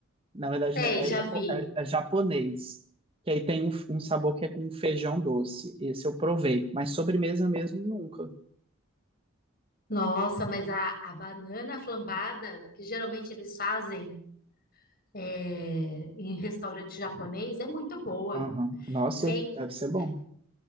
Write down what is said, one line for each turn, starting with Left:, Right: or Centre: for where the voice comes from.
Right: Na verdade,
Left: sei,
Right: é,
Left: já
Right: japo-
Left: vi.
Right: é- é japonês. Que aí tem um, um sabor que é com feijão doce. Esse eu provei, mas sobremesa mesmo nunca.
Left: Nossa, mas a, a banana flambada, que geralmente eles fazem é, em restaurante japonês, é muito boa.
Right: Aham. Nossa,
Left: vem
Right: deve ser bom.
Left: é,